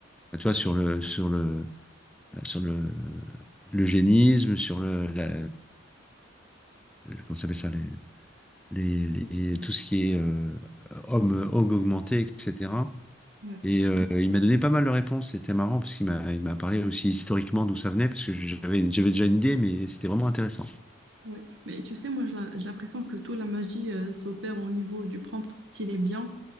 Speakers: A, in the centre; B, on the right.
A: Bah, Tu vois, sur le, sur le, sur le, l'eugénisme, sur le, la, comment ça s'appelle ça, les, les, les- tout ce qui est euh, homme, homme augmenté, etc.
B: ouais,
A: Et euh, il m'a donné pas mal de réponses. C'était marrant parce qu'il m'a, il m'a parlé aussi historiquement d'où ça venait, parce que j'avais, j'avais déjà une idée, mais c'était vraiment intéressant.
B: ouais. Mais tu sais, moi, j'ai la- j'ai l'impression que toute la magie euh, s'opère au niveau du prompt. S'il est bien,